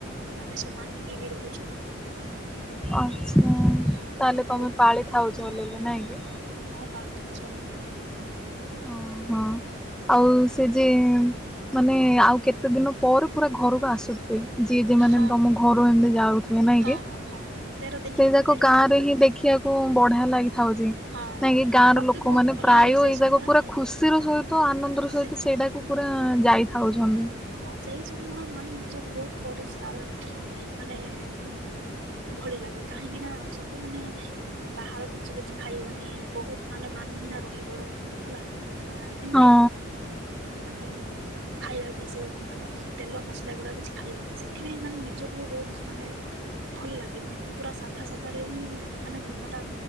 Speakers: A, on the right (about 65°); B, in the centre.
A: ଆମେ ସବୁ ମାନିକି ବି ରହୁଛୁ।
B: ଆଚ୍ଛା
A: ହଁ
B: ତାହେଲେ
A: ହଉ
B: ତମେ ପାଳି ଥାଉଛଲେ ହେଲେ ନାଇଁ କି?
A: Five thousand.
B: ଓ ହଁ। ଆଉ ସେ ଯେ ମାନେ ଆଉ କେତେ ଦିନ ପରେ ପୁରା ଘରକୁ ଆସୁଥି ଯିଏ ଯେ ମ
A: ହଁ।
B: ତମ ଘରୁ ଏମତି ଯାଉଥିବେ ନାଇଁ
A: ହଁ
B: କି
A: ହଁ ହଁ ହଁ ତେର ଦିନି
B: ସେଇ ଯାକ
A: ତେର
B: ଗାଁ
A: ଦିନି ପରେ
B: ରେ ହିଁ ଦେଖିବାକୁ ବଢିଆ ଲାଗିଥାଉଛି
A: ହଁ ହଁ।
B: କାଇଁକି ଗାଁ
A: ମତେ
B: ର ଲୋକମାନେ
A: ବହୁତ ଭଲ
B: ପ୍ରାୟ
A: ଲାଗେ ସେ
B: ଏଇ
A: ସମୟରେ
B: ଜାଗା ପୁରା ଖୁସି ର ସହିତ ଆନନ୍ଦର ସହିତ
A: ସେ
B: ସେଇଟାକୁ ପୁରା ଯାଇଥାଉଛନ୍ତି।
A: ହଁ ସେଇ ସମୟରେ ମାନେ ନିଜକୁ ବହୁତ ପରିଷ୍କାର ରଖ ମାନେ ଏଭଳି ଲାଗେ କାହିଁକି ନା ସବୁ ମାନେ ବାହାର ଜିନିଷ କିଛି ଖାଇବନି ବହୁତ ମାନେ ମାନିକିନା ରହିବ ହେଲା। ଏମିତି
B: ହଁ
A: ଆଉ ମାନେ ଖାଇବା ବି ମାନେ ତେଲ ମସଲା ଗୁଡା କିଛି ଖାଇବନି ସେଥିପାଇଁ ମାନେ ନିଜକୁ ବି ବହୁତ ମାନେ ଭଲ ଲାଗେ ପୁରା ସାଧା ସାଧା ରେ ହିଁ ମାନେ ଦିନଟା